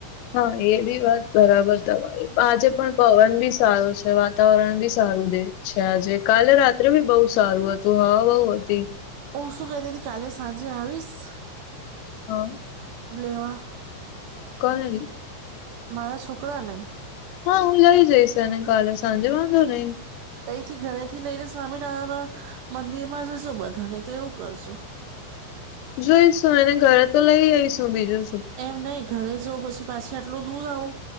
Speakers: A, on the left; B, on the right.
A: હા એ બી વાત બરાબર તમારી આજે પણ પવન બી સારો છે વા વાતાવરણ બી સારું દે છે આજે કાલે રાત્રે બી બહુ સારું હતું હવા બઉ હતી.
B: હું શું કેતી હતી કાલે સાંજે આવીશ.
A: હા.
B: મને લેવા
A: કાલ લી
B: મારા છોકરા ને.
A: હા હું લઈ જઈશ એને કાલે સાંજે વાંધો નહી
B: અહીંથી ઘરે થી લઈને સ્વામિનારાયણ મંદિરમાં જશો બધાને તો એવું કરશો
A: જોઈશું એને ઘરે તો લઈ આઈશું બીજું શું
B: એમ નહી ઘરે જવં પછી પાછી આટલું દૂર આવું.